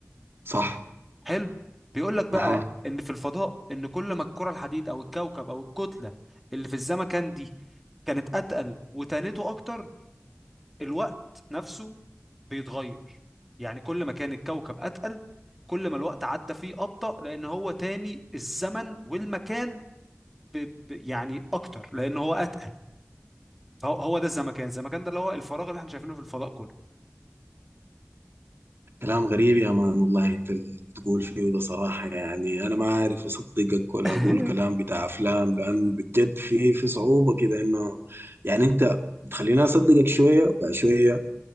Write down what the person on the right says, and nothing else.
صح
اها
كلام غريب يا مان والله انت اللي بتقول فيه ده صراحة يعني انا ما عارف اصدقك ولا
اقول كلام بتاع افلام لانه بجد في في صعوبة كده انه يعني انت بتخليني اصدقك شوية بعد شوية